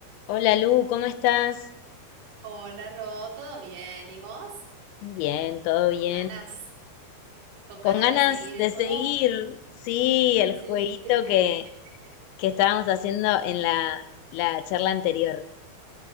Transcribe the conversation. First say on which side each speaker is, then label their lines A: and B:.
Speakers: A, on the left (about 85°); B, on the right (about 90°).
A: Hola Lu, ¿cómo estás?
B: Hola, Ro, ¿todo bien? ¿Y vos?
A: Bien, todo bien.
B: ¿Con ganas, con
A: Con
B: ganas
A: ganas
B: de seguir el
A: de seguir,
B: juego?
A: sí, el
B: Sí.
A: jueguito
B: <laughs>
A: que, que estábamos haciendo en la, la charla anterior.